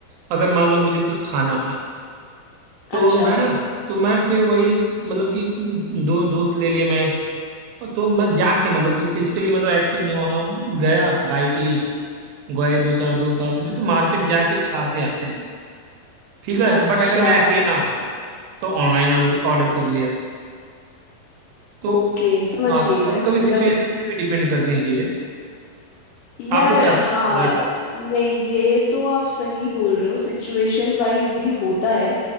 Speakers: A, on the right; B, on the left.
A: अगर मान लो मुझे कुछ खाना है तो
B: अच्छा
A: मैं ना तो मैं फिर वही मतलब कि दो दोस्त ले लिए मैं और तो मैं जाके मतलब कि फिजिकली मतलब एक्टिव मैं वहाँ गया बाइक ली गए दो चार दोस्त साथ में तो मार्केट जाके खा के आते हैं ठीक है
B: अच्छा
A: बट अगर मैं अकेला हूँ तो ऑनलाइन ऑर्डर कर लिया तो
B: ओके समझ
A: हाँ
B: गई
A: तो
B: मैं
A: कभी कभी
B: मतलब
A: सिचुएशन पे भी डिपेंड करती हैं चीजें
B: यार
A: आपको क्या लगता
B: हाँ
A: है मतलब इस बारे में
B: नहीं ये तो आप सही बोल रहे हो सिचुएशन वाइज भी होता है